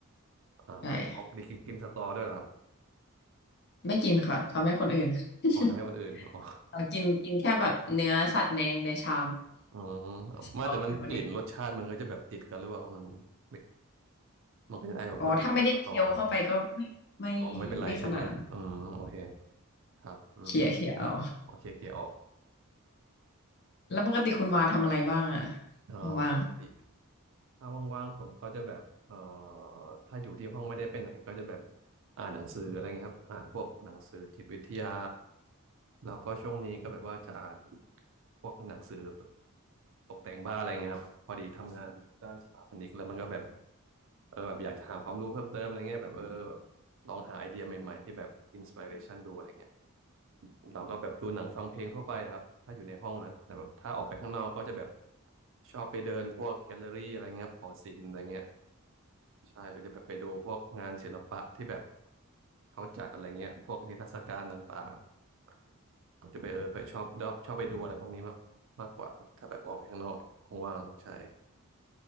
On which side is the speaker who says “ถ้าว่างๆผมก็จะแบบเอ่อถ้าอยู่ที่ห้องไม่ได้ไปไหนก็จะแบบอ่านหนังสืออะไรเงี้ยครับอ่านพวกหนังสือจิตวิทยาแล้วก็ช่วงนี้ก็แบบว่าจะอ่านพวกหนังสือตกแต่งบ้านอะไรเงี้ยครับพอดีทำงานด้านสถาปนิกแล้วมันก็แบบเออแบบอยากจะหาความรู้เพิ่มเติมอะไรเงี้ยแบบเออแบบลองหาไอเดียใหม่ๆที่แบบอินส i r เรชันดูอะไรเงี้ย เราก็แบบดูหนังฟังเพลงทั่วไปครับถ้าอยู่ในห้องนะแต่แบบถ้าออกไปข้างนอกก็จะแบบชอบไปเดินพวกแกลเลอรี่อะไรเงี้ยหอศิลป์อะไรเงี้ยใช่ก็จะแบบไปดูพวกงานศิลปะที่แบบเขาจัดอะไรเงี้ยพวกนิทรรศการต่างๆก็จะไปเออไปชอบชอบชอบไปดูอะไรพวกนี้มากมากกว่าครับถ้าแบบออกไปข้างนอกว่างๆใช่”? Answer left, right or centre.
Right